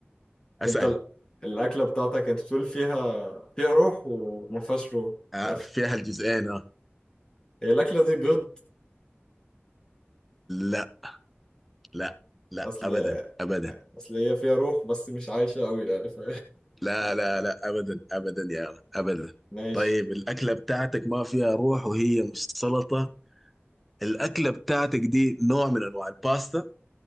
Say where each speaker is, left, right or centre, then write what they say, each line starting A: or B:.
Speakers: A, in the centre; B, on the left.
A: أسأل
B: انت ال- الاكله بتاعتك انت بتقول فيها فيها روح وما فيهاش روح
A: آه
B: يس.
A: فيها الجزئين آه
B: هي الاكله دي بيض
A: لا لا لا
B: اصل
A: أبدا أبدا
B: اصل هي فيها روح بس مش عايشه قوي يعني ف...
A: لا لا لا أبدا أبدا يا مان أبدا
B: <laughs> ماشي
A: طيب الأكلة بتاعتك ما فيها روح وهي مش سلطة الأكلة بتاعتك دي نوع من أنواع الباستا